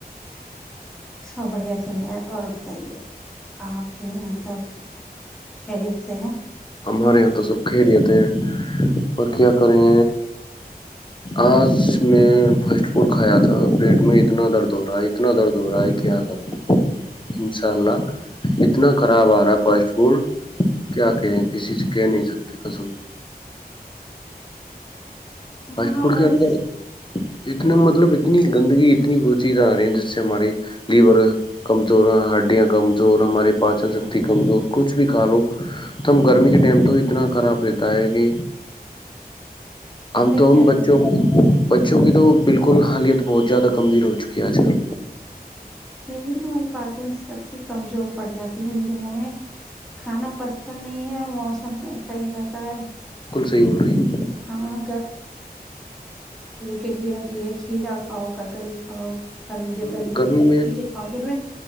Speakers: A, in the centre; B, on the left.
A: سب بڑھیا چل رہا ہے اور بتائیے آپ کے یہاں سب خریت سے ہے
B: ہمارے یہاں تو سب خیریت ہیں اور کیا کریں آج میں فسٹ فوڈ کھایا تھا پیٹ میں اتنا درد ہو رہا ہے اتنا درد ہو رہا ہے کیا کروں انشاء اللہ اتنا خراب آ رہا ہے فرسٹ فوڈ کیا کہے کسی سے کہہ نہیں سکتے کسم سے
A: ہاں
B: فاسٹ فوڈ
A: بس
B: کے اندر اتنے مطلب اتنی گندگی اتنی گسی جارہی ہیں جس سے ہماری لیور کمزور ہڈیاں کمزور ہمارے پانچوں ستی کمزور کچھ بھی کھا لو تم گرمی کے ٹائم تو اتنا خراب رہتا ہے کہ ہم
A: صحیح
B: تو
A: کہہ
B: ہم بچوں
A: رہے بھائی
B: کو بچوں کی تو بالکل حالیت بہت زیادہ گمبھییر ہو چکی ہے آج کل
A: یہ نہیں ہماری پچن شکتی کمزور پڑ جاتی ہے ان دنوں میں کھانا پا پتا نہیں ہے موسم ایسا ہی رہتا ہے
B: سی بول رہی ہے
A: ہاں کٹ بھی نہ چاہیے کھیا کاؤ ککڑی کھاؤ خربوز
B: ہاں
A: تربوزے
B: گرمی
A: ایسی
B: میں
A: چیزیں کھاؤ جن میں